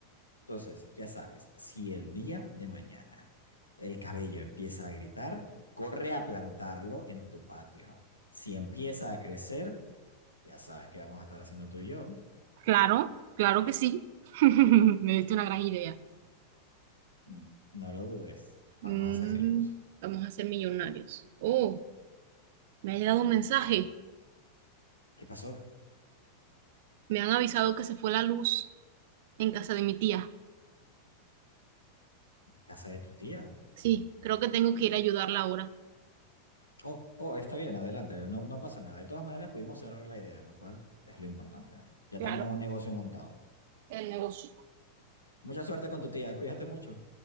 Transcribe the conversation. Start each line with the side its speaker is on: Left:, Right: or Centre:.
Left: Entonces, ya sabes, si el día de mañana el cabello empieza a gritar, corre a plantarlo en tu patio. Si empieza a crecer, ya sabes qué vamos a estar haciendo tú y yo.
Right: Claro, claro que sí. <laughs> Me diste una gran idea.
Left: Mm, No lo dudes.
Right: Mm,
Left: Vamos a ser ricos.
Right: vamos a ser millonarios. Oh, me ha llegado un mensaje.
Left: ¿Qué pasó?
Right: Me han avisado que se fue la luz en casa de mi tía.
Left: Casa de tu tía.
Right: Sí, creo que tengo que ir a ayudarla ahora.
Left: Oh, oh, está bien, adelante, no, no pasa nada. De todas maneras, pudimos cerrar la idea, lo cual es lo importante. Ya
Right: Claro,
Left: tenemos un negocio montado.
Right: el negocio.
Left: Mucha suerte con tu tía, <laughs> cuídate mucho.